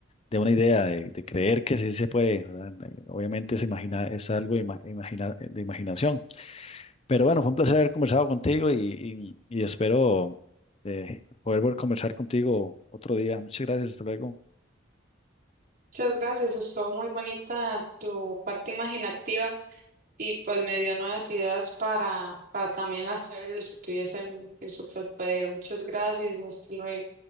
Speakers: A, on the left; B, on the right.
A: de una idea, de, de creer que sí se puede, ¿verdad? Eh, Obviamente es, imagina, es algo ima- imagina- de imaginación. Pero bueno, fue un placer haber conversado contigo y, y- y espero eh, poder volver a conversar contigo otro día. Muchas gracias, hasta luego.
B: Muchas gracias, estuvo muy bonita tu parte imaginativa y pues me dio nuevas ideas para, para también hacerlo si tuviese el el superpoder. Muchas gracias, hasta luego.